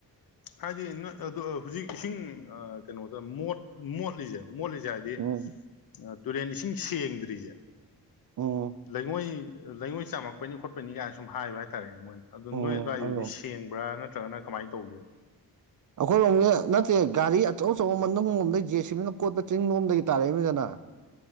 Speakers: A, on the left (about 65°); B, on the right (about 55°).
A: ꯍꯥꯏꯗꯤ ꯅ ꯑꯗꯨ ꯍꯧꯖꯤꯛ ꯏꯁꯤꯡ ꯀꯩꯅꯣꯗ ꯃꯣꯠ ꯃꯣꯠꯂꯤꯁꯦꯕ ꯃꯣꯂꯤꯖ ꯍꯥꯏꯗꯤ
B: ꯎꯝ
A: ꯑ ꯇꯨꯔꯦꯟ ꯏꯁꯤꯡ ꯁꯦꯡꯗ꯭ꯔꯤꯁꯦ
B: ꯎꯝ
A: ꯂꯩꯉꯣꯏ ꯂꯩꯉꯣꯏ ꯆꯥꯝꯃꯛꯄꯅꯤ ꯈꯣꯠꯄꯅꯤ ꯀꯥꯏꯅ ꯁꯨꯝ ꯍꯥꯏꯕ ꯍꯥꯏꯇꯥꯔꯦꯅꯦ ꯃꯣꯏꯅ ꯑꯗꯨꯗꯣ
B: ꯎꯝ
A: ꯅꯣꯏ ꯑꯗꯨꯋꯥꯏꯗꯨꯗꯤ
B: ꯑꯗꯣ
A: ꯁꯦꯡꯕ꯭ꯔꯥ ꯅꯠꯇ꯭ꯔ ꯅꯠꯇ꯭ꯔꯒꯅ ꯀꯃꯥꯏꯅ ꯇꯧꯒꯦꯕ
B: ꯑꯩꯈꯣꯏꯔꯣꯝꯒꯤ ꯅꯠꯇꯦ ꯒꯥꯔꯤ ꯑꯆꯧ ꯑꯆꯧꯕ ꯃꯉ ꯦꯁꯃꯤꯅ ꯈꯨꯣꯏꯗ ꯀꯛ ꯆꯤꯡ ꯂꯣꯝꯗꯒꯤ ꯇꯥꯔꯛꯏꯃꯤꯁꯤꯅ